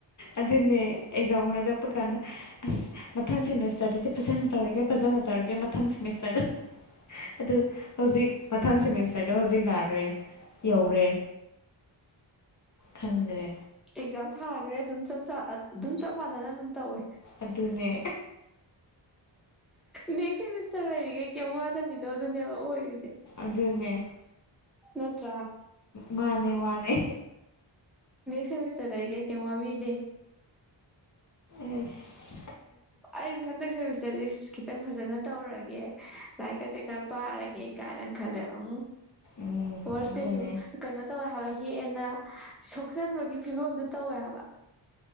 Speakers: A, on the left; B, in the centre.
A: ꯑꯗꯨꯗꯟꯅꯦ ꯑꯦꯛꯖꯥꯝ ꯍꯥꯏꯗꯄ ꯀꯥꯟꯅ ꯑꯁ ꯃꯊꯪ ꯁꯦꯃꯤꯁꯇꯔꯗꯗꯤ ꯐꯖꯅ ꯇꯧꯔꯒꯦ ꯐꯖꯅ ꯇꯧꯔꯒꯦ ꯃꯊꯪ ꯁꯦꯃꯤꯁꯇꯔꯗ ꯑꯗꯨ ꯍꯧꯖꯤꯛ ꯃꯊꯪ ꯁꯦꯃꯤꯁꯇꯔꯗꯣ ꯍꯧꯖꯤꯛ ꯂꯥꯛꯈ꯭ꯔꯦ ꯌꯧꯔꯦ ꯈꯪꯗ꯭ꯔꯦ
B: ꯑꯦꯛꯖꯥꯝ ꯊꯥꯈ꯭ꯔꯦ ꯑꯗꯨꯝ ꯑꯗꯨꯝ ꯆꯞ ꯃꯥꯟꯅꯅ ꯑꯗꯨꯝ ꯇꯧꯋꯦ
A: ꯑꯗꯨꯅꯦ
B: ꯅꯦꯛꯁ ꯁꯦꯃꯤꯁꯇꯔ ꯂꯩꯔꯤꯈꯩ ꯀꯩ ꯋꯥꯗꯃꯤꯗꯣ ꯑꯗꯨꯅꯦꯕ ꯑꯣꯏꯔꯤꯁꯦ
A: ꯑꯗꯨ ꯑꯗꯨꯟꯅꯦ
B: ꯅꯠꯇ꯭ꯔꯥ
A: ꯃꯥꯅꯦ ꯃꯥꯅꯦ
B: ꯁꯁꯔ ꯇꯥꯏ ꯀꯦ ꯀꯃꯕꯤꯗꯦ
A: ꯌꯦꯁ
B: ꯑꯩꯁꯨ ꯍꯟꯗꯛꯁꯦ ꯆꯁꯤ ꯈꯤꯇꯪ ꯐꯖꯅ ꯇꯧꯔꯒꯦ ꯂꯥꯏꯔꯤꯛꯀꯁꯦ ꯈꯔ ꯄꯥꯔꯒꯦ ꯀꯥꯏꯅ ꯈꯜꯂꯦ ꯑꯃꯝ
A: ꯎꯝ
B: ꯋꯥꯔꯁꯇꯅꯤ
A: ꯑꯗꯨꯅꯦ
B: ꯀꯩꯅꯣ ꯇꯧꯋꯦ ꯍꯥꯏꯕ ꯍꯦꯦꯟꯅ ꯁꯣꯛꯆꯟꯕꯒꯤ ꯐꯤꯕꯝꯗꯨ ꯇꯧꯋꯦ ꯍꯥꯏꯕ